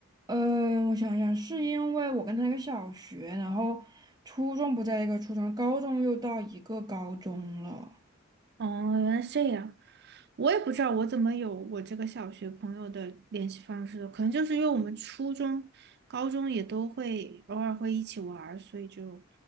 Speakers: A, on the right; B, on the right.
A: 呃，我想想，是因为我跟他一个小学，然后初中不在一个初中，高中又到一个高中了。
B: 哦，原来是这样，我也不知道我怎么有我这个小学朋友的联系方式的，可能就是因为我们初中、高中也都会偶尔会一起玩儿，所以就